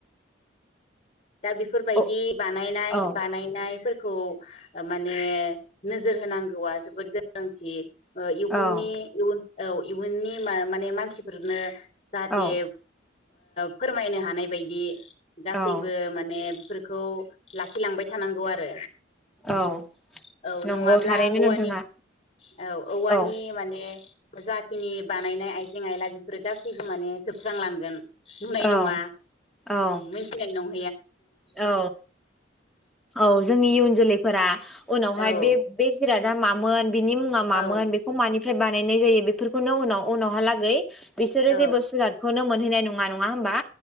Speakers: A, on the left; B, in the centre.
A: दा बेफोरबायदि
B: औ
A: बानायनाय
B: औ
A: बानायनायफोर <unintelligible> माने नोजोर होनांगौआ जोबोद गोनांथि। इयुननि
B: औ
A: इयुन औ इयुननि म माने मानसिफोरनो जाहाथे
B: औ
A: फोरमायनो हानाय बायदि गासैबो
B: औ
A: माने बेफोरखौ लाखिलांबाय थानांगौ आरो।
B: औ
A: औ
B: नंगौ
A: नङाब्ला
B: थारैनो
A: औवानि
B: नोंथाङा
A: औ औवानि
B: औ
A: माने जाखिनि बानायनाय आइजें -आयला बेफोरो गासैबो माने जोबस्रांलांगोन। नुनाय
B: औ
A: नङा
B: औ
A: मोनथिनाय नङा।
B: औ औ जोंनि इयुन जोलैफोरा उनावहाय
A: औ
B: बे-बे दा मामोन बिनि मुङा
A: औ
B: मामोन बेखौ मानि बानायनाय जायो बेफोरखौनो उनाव उनावहालागै बिसोरो
A: औ
B: जेबो सुलादखौनो मोन मोनहैनाय नङा नङा होनोमबा?